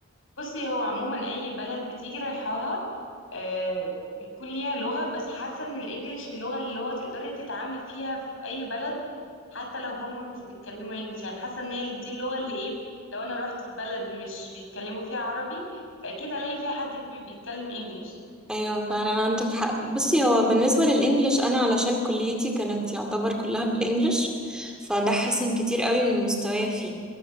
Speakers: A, on the left; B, in the centre.
A: بصي هو عموما اي بلد بتيجي رايحاها آه بيكون ليها لغة بس حاسة ان الانجليش اللغة اللي هو تقدري تتعاملي فيها في اي بلد حتى لو هم مش بيتكلموا انجليش يعني حاسة ان هي دي اللغة اللي ايه لو انا رحت في بلد مش بيتكلموا فيها عربي فاكيد الاقي فيها حد بي- بيتكلم انجليش
B: ايوه فعلا عندك حق بصي هو بالنسبه للانجليش انا علشان كليتي كانت يعتبر كلها بالانجليش فده حسن كتير قوي من مستواي فيه